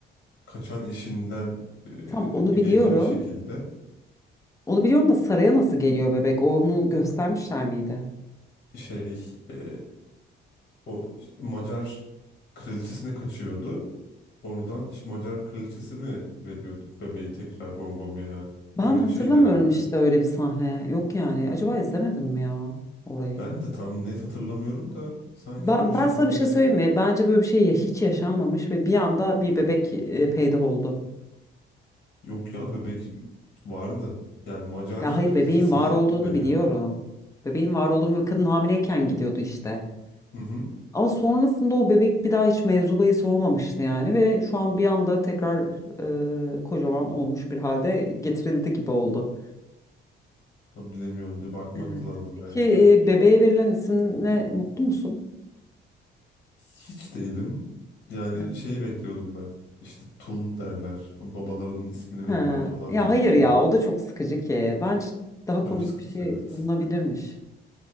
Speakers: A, on the left; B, on the left.
A: kaçan eşinden e,
B: Tam onu
A: bir
B: biliyorum.
A: gece bir şekilde
B: Onu biliyorum da saraya nasıl geliyor bebek? Onu göstermişler miydi?
A: şey e, o Macar kraliçesine kaçıyordu. Oradan işte Macar kraliçesi mi veriyordu bebeği tekrar Bongomya'ya?
B: Ben
A: Öyle
B: hatırlamıyorum
A: bir şeydi herhalde.
B: işte öyle bir sahne. Yok yani. Acaba izlemedim mi ya orayı?
A: Ben de tam net hatırlamıyorum da sanki
B: Ben,
A: o şekilde
B: ben sana bir şey
A: bir
B: söyleyeyim mi? Bence böyle bir şey ya- hiç yaşanmamış ve bir anda bir bebek e, peyda oldu.
A: yok ya bebek vardı. Yani Macar
B: Ya hayır
A: kraliçesine
B: bebeğin var olduğunu
A: veriyordu.
B: biliyorum. Bebeğin var olduğunu ve kadın hamileyken gidiyordu işte.
A: Hı hı.
B: Ama sonrasında o bebek bir daha hiç mevzu bahis olmamıştı yani ve şu an bir anda tekrar e, kocaman olmuş bir halde getirildi gibi oldu.
A: Bilemiyorum bir bakmak
B: Evet.
A: lazım
B: Peki
A: belki de.
B: e, bebeğe verilen isimle mutlu musun?
A: Hiç değilim. Yani
B: Yani,
A: şeyi bekliyordum ben. İşte Tun derler. Babalarının ismini
B: Ha.
A: verirler falan
B: Ya
A: diye
B: hayır
A: düşünüyordum.
B: ya o da çok sıkıcı ki. Bence
A: O
B: daha
A: da çok
B: komik
A: sıkıcı
B: bir şey
A: evet.
B: bulunabilirmiş.